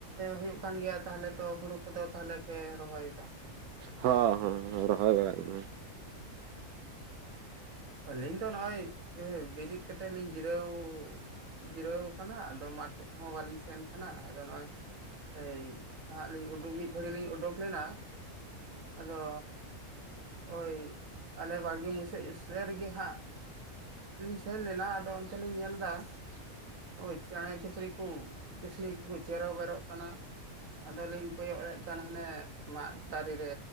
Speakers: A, on the right; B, on the right.
A: ᱦᱩᱭᱩᱜ ᱠᱟᱱ ᱜᱮᱭᱟ ᱛᱟᱦᱚᱞᱮ ᱛᱚ ᱦᱳᱲᱳ ᱠᱚᱫᱚ ᱛᱟᱦᱚᱞᱮ ᱯᱮ ᱨᱚᱦᱚᱭᱮᱫᱟ ᱾
B: ᱦᱚᱻ ᱦᱚᱸᱻ ᱨᱚᱦᱚᱭ ᱵᱟᱲᱟᱜ ᱜᱮ
A: ᱟᱹᱞᱤᱧ ᱫᱚ ᱱᱚᱼᱚᱭ ᱮ ᱵᱮᱨᱤᱫ ᱠᱟᱛᱮᱜ ᱱᱤᱧ ᱡᱤᱨᱟᱹᱣ ᱩ ᱡᱤᱨᱟᱹᱣ ᱟᱠᱟᱱᱟ᱾ ᱟᱫᱚ ᱢᱟᱴᱷ ᱠᱚᱦᱚᱸ ᱵᱟᱞᱤᱧ ᱥᱮᱱ ᱟᱠᱟᱱᱟ᱾ ᱟᱨ ᱱᱚᱜᱼᱚᱭ ᱮᱭ ᱦᱟᱸᱜ ᱞᱤᱧ ᱩᱰᱩᱠ ᱢᱤᱫ ᱜᱷᱟᱹᱲᱤ ᱞᱤᱧ ᱩᱰᱩᱠ ᱞᱮᱱᱟ᱾ ᱟᱫᱚ ᱦᱳᱭ ᱟᱞᱮ ᱵᱟᱲᱜᱮ ᱢᱩᱪᱟᱹᱫ ᱥᱮ ᱨᱮᱜᱮ ᱦᱟᱸᱜ ᱞᱤᱧ ᱥᱮᱱ ᱞᱮᱱᱟ ᱟᱫᱚ ᱚᱱᱛᱮ ᱞᱤᱧ ᱧᱮᱞ ᱮᱫᱟᱭ, ᱳᱭ ᱪᱮᱬᱮ ᱪᱩᱯᱨᱤ ᱠᱚ ᱠᱤᱥᱱᱤ ᱠᱚᱠᱚ ᱪᱮᱨᱚᱼᱵᱮᱨᱚᱜ ᱠᱟᱱᱟ᱾ ᱟᱫᱚᱞᱤᱧ ᱠᱚᱭᱚᱜᱮᱫ ᱠᱟᱱ ᱢᱟᱱᱮ ᱢᱟᱫ - ᱫᱟᱨᱮ ᱨᱮ